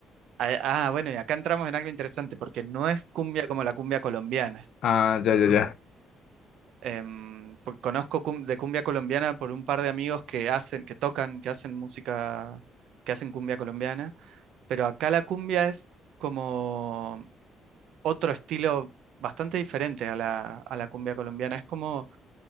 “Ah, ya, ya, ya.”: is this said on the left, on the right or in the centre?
Left